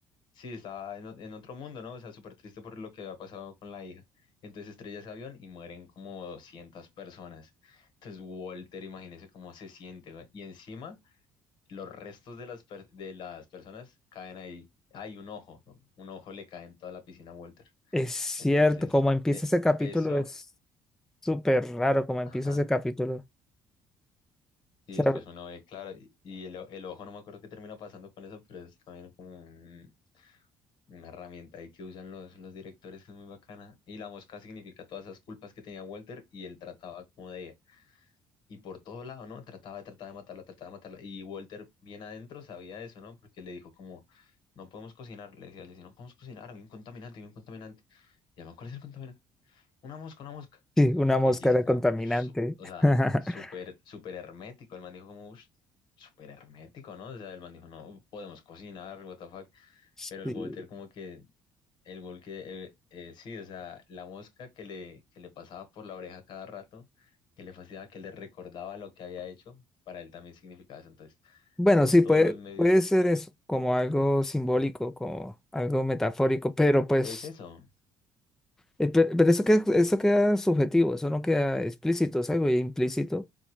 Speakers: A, on the left; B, in the centre.
A: Sí, estaba en, o- en otro mundo, ¿no? O sea, súper triste por lo que había pasado con la hija. Entonces estrella ese avión y mueren como 200 personas. Entonces Walter, imagínese cómo se siente, ¿va? Y encima los restos de las, per- de las personas caen ahí. Hay un ojo, ¿no? Un ojo le cae en toda la piscina a Walter.
B: es cierto,
A: Entonces,
B: como empieza
A: e-
B: ese capítulo
A: eso,
B: es súper raro, como
A: ajá.
B: empieza ese capítulo. O
A: Y
B: sea,
A: después uno ve, claro, y, y el, o- el ojo, no me acuerdo qué termina pasando con eso, pero es también como... un Una herramienta ahí que usan los, los directores que es muy bacana. Y la mosca significa todas esas culpas que tenía Walter y él trataba como de... Y por todo lado, ¿no? Trataba, trataba de matarla, trataba de matarla. Y Walter bien adentro sabía eso, ¿no? Porque le dijo como, no podemos cocinar. Le decía, Jesse, no podemos cocinar, hay un contaminante, hay un contaminante. Y además, ¿cuál es el contaminante? Una mosca, una mosca.
B: sí, una mosca
A: Y el Jesse
B: era
A: como,
B: contaminante.
A: "Su- o sea,
B: <laughs>
A: súper, súper hermético. El man dijo como, "Ush, súper hermético, ¿no? O sea, el man dijo, no, podemos cocinar, what the fuck.
B: Sí.
A: Pero el Walter como que el gol que, eh, eh, sí, o sea, la mosca que le, que le pasaba por la oreja cada rato, que le fascinaba, que le recordaba lo que había hecho, para él también significaba eso. Entonces,
B: Bueno,
A: por
B: sí,
A: todos
B: puede,
A: los medios,
B: puede ser eso, como algo simbólico, como algo metafórico, pero pues...
A: ¿es eso?
B: Eh, pe- Pero eso queda, eso queda subjetivo, eso no queda explícito, es algo implícito.